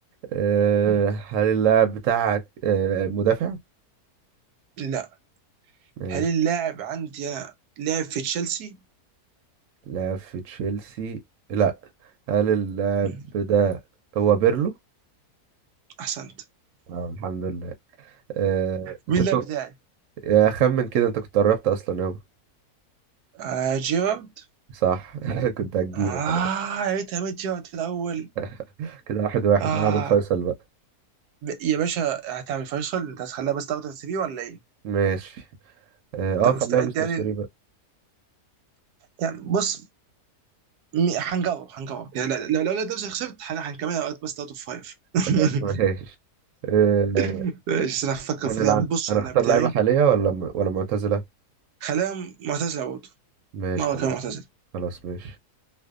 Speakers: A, on the right; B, on the right.
A: آه،
B: مم.
A: هل اللاعب بتاعك آه، مدافع
B: لا
A: ماشي
B: هل اللاعب عندي انا لعب في تشيلسي
A: لعب في تشيلسي لا هل اللاعب
B: مم.
A: ده هو بيرلو
B: احسنت <laughs>
A: آه، الحمد لله آه،
B: مين
A: تتو-
B: اللاعب بتاعي
A: يا خمن كده انت كنت قربت اصلا اوي
B: آه جيرارد
A: صح <laughs> كنت هتجيبه
B: اه
A: خلاص
B: يا ريت عملت جيرارد في الاول
A: <laughs> كده واحد واحد
B: اه
A: نلعب الفيصل بقى
B: يا باشا هتعمل فيصل انت هتخليها بس تاخد السي في ولا ايه؟
A: ماشي اه
B: انت
A: آه، خليها
B: مستعد
A: بيست
B: يعني
A: اوف 3 بقى
B: يعني بص م- هنجرب هنجرب يعني لا- لو لو لو نفسي خسرت هن- هنكملها وقت بس اوت اوف فايف <laughs>
A: خلاص ماشي آه،
B: ماشي، بس انا هفكر
A: هنلعب
B: في لعبه بص
A: انا
B: على
A: اختار
B: اللعب بتاعي
A: لعيبة حالية ولا م... ولا معتزلة
B: خليها معتزله برضه
A: ماشي
B: مره
A: خلاص
B: كان معتزل
A: خلاص ماشي